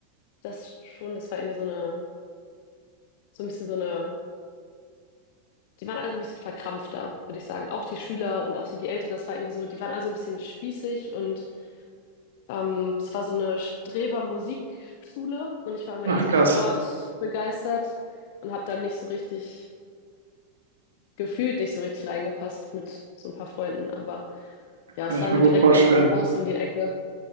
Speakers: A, on the left; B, on the right.
A: Das schon, das war irgendwie so eine, so ein bisschen so eine, die waren also ein bisschen verkrampfter, würde ich sagen. Auch die Schüler und auch so die Eltern, das war irgendwie so, die waren also ein bisschen spießig und ähm, es war so eine Streber-Musikschule und ich war immer
B: Ach,
A: eher so
B: krass.
A: sportbegeistert und habe dann nicht so richtig gefühlt, nicht so richtig reingepasst mit so ein paar Freunden. Aber ja,
B: Kann
A: es
B: ich
A: war
B: mir
A: so
B: gut
A: direkt
B: vorstellen.
A: bei meinem Haus um die Ecke.